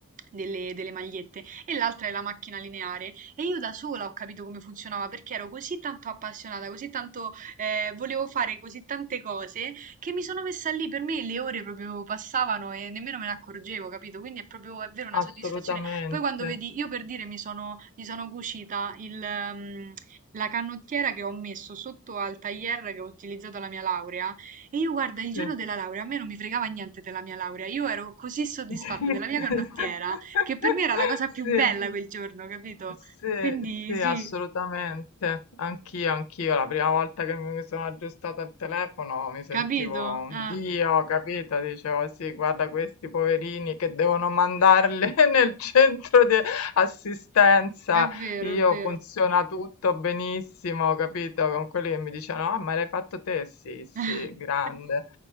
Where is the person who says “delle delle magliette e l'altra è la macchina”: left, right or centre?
Right